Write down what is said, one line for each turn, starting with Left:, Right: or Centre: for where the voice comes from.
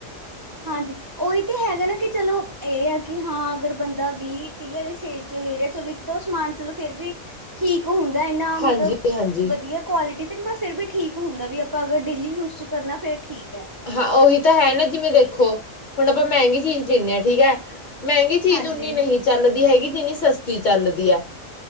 Right: ਹਾਂਜੀ, ੳਹੀ ਤੇ ਹੈਗਾ ਨਾ ਕਿ ਚਲੋ ਏ ਆ ਕਿ ਹਾਂ ਅਗਰ ਬੰਦਾ ਵੀ ਤੇ ਏ ਵੀ ਸੇਲ ਚੋਂ ਲੈ ਰਏ, ਚਲੋ ਇੱਕ-ਦੋ ਸਮਾਨ ਚਲੋ ਫੇਰ ਵੀ ਠੀਕ ਹੁੰਦਾ, ਏਨਾ ਮਤਲਬ
Left: ਹਾਂਜੀ ਹਾਂਜੀ
Right: ਵਧਿਆ ਕੁਆਲਿਟੀ ਤੇ ਬ ਫੇਰ ਵੀ ਠੀਕ ਹੁੰਦਾ ਵੀ ਆਪਾਂ ਅਗਰ ਡੇਲੀ ਯੂਜ ਚ ਕਰਨਾ ਫੇਰ ਠੀਕ ਐ।
Left: ਹਾਂ ਉਹੀ ਤਾਂ ਹੈ ਨਾ ਜਿਵੇਂ ਦੇਖੋ ਹੁਣ ਆਪਾਂ ਮਹੰਗੀ ਚੀਜ਼ ਲੇਨੇ ਆਂ, ਠੀਕ ਏ ਮਹੰਗੀ ਚੀਜ਼
Right: ਹਾਂਜੀ
Left: ਉਨੀ ਨਹੀ ਚੱਲਦੀ ਹੈਗੀ, ਜਿੰਨੀ ਸਸਤੀ ਚੱਲਦੀ ਐ।